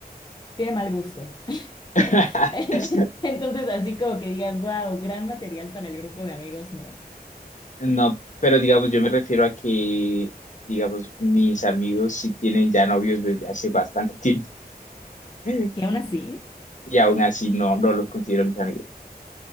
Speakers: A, on the left; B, on the left.
A: tiene mal gusto.
B: <laughs>
A: <laughs> Entonces así como que digas, wow, gran material para el grupo de amigos, no.
B: No, pero digamos, yo me refiero a que, digamos, mis amigos sí tienen ya novios desde hace bastante tiempo <laughs>
A: Y aún así...
B: y aún así no, no los considero mis amigos.